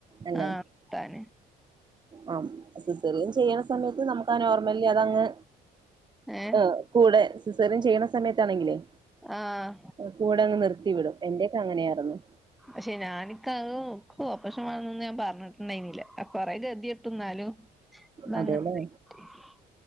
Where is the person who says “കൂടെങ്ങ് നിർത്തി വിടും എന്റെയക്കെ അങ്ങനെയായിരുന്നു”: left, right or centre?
Right